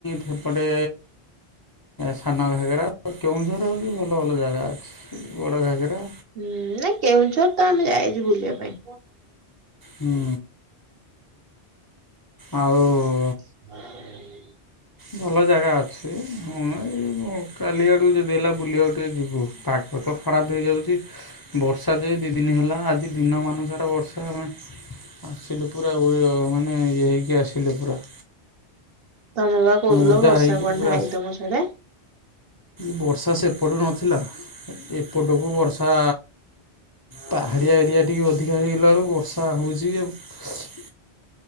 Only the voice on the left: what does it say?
ସେପଟେ ସାନ ଘାଗେରା କେଉଁଝର ବି ଭଲ ଭଲ ଜାଗା ଅଛି ବଡ଼ ଘାଗେରା।
ହୁଁ। ଆଉ
ଭଲ ଜାଗା ଅଛି ମୁଁ ଏଇ କାଲି ଆଡକୁ ଯଦି ହେଲା ବୁଲିବାକୁ ଟିକେ ଯିବୁ ପା <unintelligible> ଖରାପ ହେଇଯାଉଚି ବର୍ଷା ଯେ ଦି ଦିନ ହେଲା ଆଜି ଦିନମାନ ସାରା ବର୍ଷା ଆମେ ଆସିଲୁ ପୁରା ଓଏ ମାନେ ଇଏ ହେଇକି ଆସିଲୁ ପୁରା।
ଓଦା
ହେଇକିରି
ପୁରା
ବର୍ଷା ସେପଟୁ ନଥିଲା ଏ-ଏପଟକୁ ବର୍ଷା ପାହାଡିଆ ଏରିଆ ଟିକେ ଅଧିକା ହେଇଗଲା ବେଳକୁ ବର୍ଷା ହଉଚି <unintelligible>